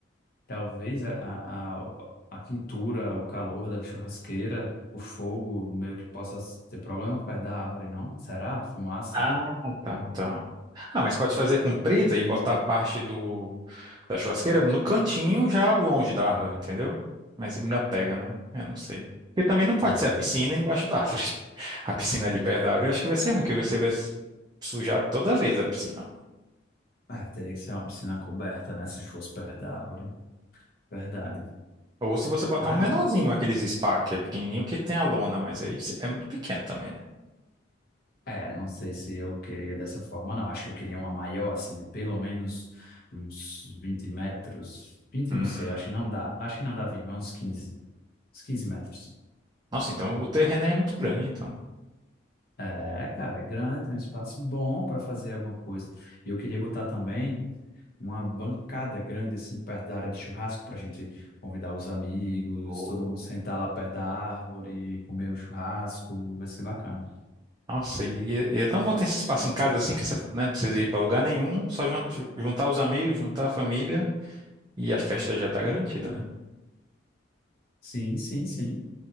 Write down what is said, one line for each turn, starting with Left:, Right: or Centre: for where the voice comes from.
Left: Talvez a, a, a a quintura, o calor da churrasqueira, o fogo, meio que possa ser problema perto da árvore, não? Será? Fumaça?
Right: Ah, tá, tá. Ah, mas pode fazer comprida e botar parte do da churrasqueira no cantinho, já longe da árvore, entendeu? Mas ele ainda pega, né? Eu não sei. Porque também não pode
Left: É,
Right: ser a piscina embaixo da árvore. <laughs> A piscina ali perto da árvore, eu acho que vai ser ruim, que você vai sujar toda vez a piscina.
Left: ah, teria que ser uma piscina coberta, né? Se fosse perto da árvore. Verdade.
Right: Ou se você botar
Left: Ah,
Right: um menorzinho, aqueles spa, que é pequenininho, que tem a lona, mas aí é muito pequeno também, né?
Left: é, não sei se eu queria dessa forma, não. Acho que eu queria uma maior, assim, de pelo menos uns 20 metros. vinte
Right: Hum.
Left: não sei, acho que não dá. Acho que não dá 20 uns quinze Uns 15 metros.
Right: Nossa, então o terreno aí é muito grande, então.
Left: É, cara, é grande, tem um espaço bom para fazer alguma coisa. E eu queria botar também uma bancada grande, assim, perto da área de churrasco, para a gente convidar os amigos,
Right: Oh.
Left: todo mundo sentar lá perto da árvore, comer o churrasco, vai ser bacana.
Right: Nossa, e, é e é tão bom ter esse espaço em casa assim que você né, não precisa ir pra lugar nenhum, só jun- juntar os amigos, juntar a família e a festa já tá garantida, né?
Left: Sim, sim, sim.